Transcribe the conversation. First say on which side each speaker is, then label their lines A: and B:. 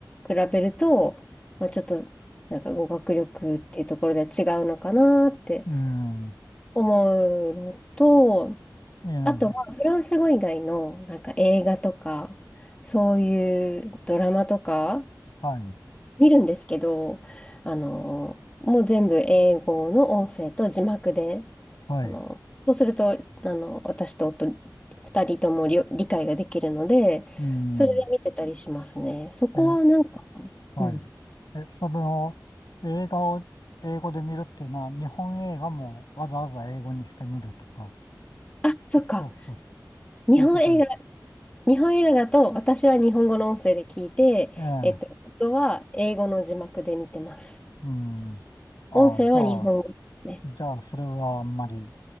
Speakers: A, on the left; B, on the left.
A: 比べると、まあ、ちょっとなんか語学力っていうところで違うのかなって
B: うん。
A: 思うのと、
B: ええ。
A: あとはフランス語以外のなんか映画とか、そういうドラマとか、
B: はい。
A: 見るんですけど、あの、もう全部英語の音声と字幕で、
B: はい。
A: あの、そうすると、あの、私と夫、二人ともりょ理解ができるので、
B: うん。
A: それで見てたりしますね。そこはなんか、
B: ええ。はい。
A: うん。
B: え、それを映画を英語で見るっていうのは、日本映画もわざわざ英語にしてみるとか、
A: あ、
B: そ、
A: そっか。
B: そうそう、
A: 日本映画、
B: そういうことですか。
A: 日本映画だと、私は日本語の音声で聞いて、
B: ええ、
A: えっと、夫は英語の字幕で見てます。
B: うん。ああ、
A: 音声は日本語ですね。
B: じゃあ、じゃあ、それはあんまり、